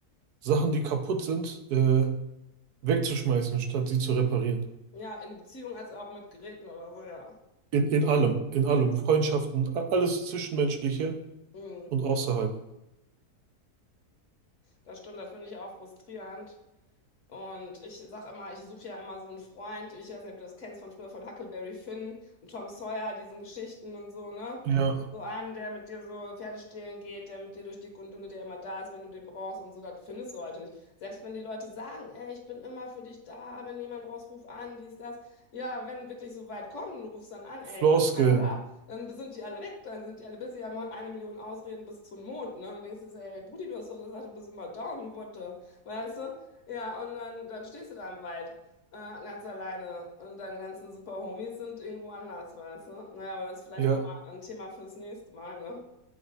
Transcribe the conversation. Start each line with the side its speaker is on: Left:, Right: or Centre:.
Right: Sachen, die kaputt sind, äh, wegzuschmeißen, statt sie zu reparieren.
Left: Ja, in Beziehung als auch mit Geräten oder so, ja.
Right: In, in allem, in allem,
Left: Ja.
Right: Freundschaften, a- alles Zwischenmenschliche
Left: Mhm.
Right: und außerhalb.
Left: Das stimmt, das finde ich auch frustrierend. Und ich sag immer, ich suche ja immer so einen Freund, ich weiß nicht, ob du das kennst von früher, von Huckleberry Finn und Tom Sawyer, diesen Geschichten und so, ne?
Right: Ja,
Left: So einen, der mit dir so Pferde stehlen geht, der mit dir durch dick und dünn geht, der immer da ist, wenn du den brauchst und so, das findest du heute nicht. Selbst wenn die Leute sagen, ey, ich bin immer für dich da, wenn jemand brauchst, ruf an, dies, das. Ja, wenn wirklich so weit kommt und du rufst dann an, ey,
Right: Floskeln.
Left: da ist keiner da, dann sind die alle weg, dann sind die alle busy, haben eine Million Ausreden bis zum Mond, ne? Und denkst dir, so, ey, Brudi, du hast doch gesagt, du bist immer down, what the, weißt du? Ja, und dann, dann stehst du da im Wald, äh, ganz alleine. Und deine ganzen super Homies sind irgendwo anders, weißt du? Naja, aber das ist vielleicht
Right: Ja,
Left: nochmal ein Thema fürs nächste Mal, ne?